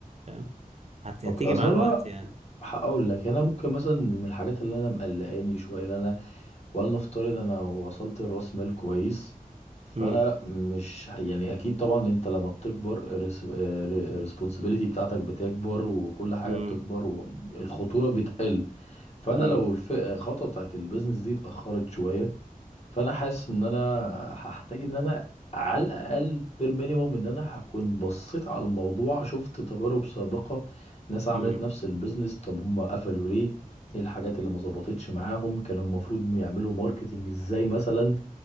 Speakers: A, on the right; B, on the left.
A: فاهم هت...
B: اوكي
A: هتيجي
B: اصلا
A: مع الوقت يعني
B: هقول لك انا ممكن مثلا من الحاجات اللي انا مقلقاني شويه اللي انا ولنفترض انا وصلت لراس مال كويس فانا
A: امم
B: مش ه- يعني اكيد طبعا انت لما بتكبر الريسبونسابيلتي بتاعتك بتكبر وكل حاجه
A: امم
B: بتكبر والخطوره بتقل فانا
A: امم
B: لو الف- الخطوه بتاعت البيزنس دي اتاخرت شويه فانا حاسس ان انا هحتاج ان انا على الاقل بير مينيموم ان انا هكون بصيت على الموضوع شفت تجارب سابقه ناس عملت
A: امم
B: نفس البيزنس طب هم قفلوا ليه ايه الحاجات اللي ما ظبطتش معاهم كانوا المفروض يعملوا ماركتنج ازاي مثلا